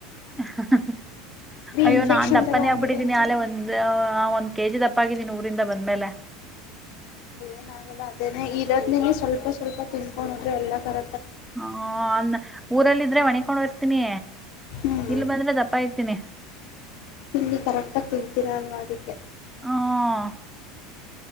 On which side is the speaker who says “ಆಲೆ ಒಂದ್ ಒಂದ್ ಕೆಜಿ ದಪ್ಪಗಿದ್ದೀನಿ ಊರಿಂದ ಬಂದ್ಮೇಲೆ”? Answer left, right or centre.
Centre